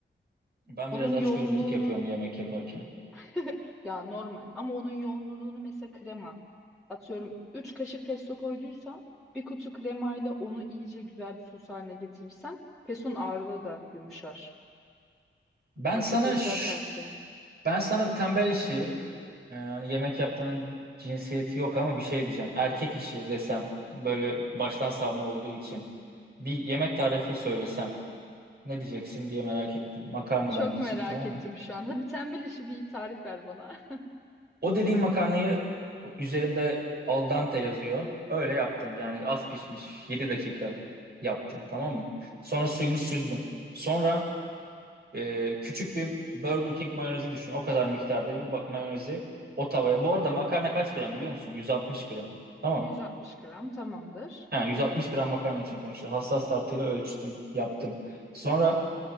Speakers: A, on the right (about 55°); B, in the centre.
A: Ben
B: Onun
A: biraz açgözlülük
B: yoğunluğunu
A: yapıyorum yemek yaparken.
B: <laughs> ya normal ama onun yoğunluğunu mesela krema atıyorum 3 kaşık pesto koyduysan bir kutu kremayla onu iyice güzel bir sos haline getirirsen pestonun ağırlığı da yumuşar.
A: Ben
B: Bak
A: sana
B: mesela güzel
A: ş-
B: tavsiye.
A: ben sana tembel işi Ee, hani yemek yaptığının cinsiyeti yok ama bir şey diyeceğim. Erkek işi desem böyle baştan savma olduğu için bir yemek tarifi söylesem ne diyeceksin diye merak ettim. Makarnadan
B: Çok
A: gideceksin
B: merak
A: tamam
B: ettim
A: mı?
B: şu an. Hadi tembel işi bir tarif ver bana.
A: O dediğim makarnayı üzerinde al dente yazıyor. Öyle yaptım yani az pişmiş 7 dakika yaptım tamam mı? Sonra suyunu süzdüm. Sonra e, küçük bir Burger King mayonezi düşün. O kadar miktarda bir ba- mayonezi o tavaya. Bu arada makarna kaç gram biliyor musun? 160 gram.
B: <laughs>
A: Tamam.
B: 160 gram tamamdır.
A: Ha, 160 gram makarna için konuşuyor. Hassas tartıyla ölçtüm, yaptım. Sonra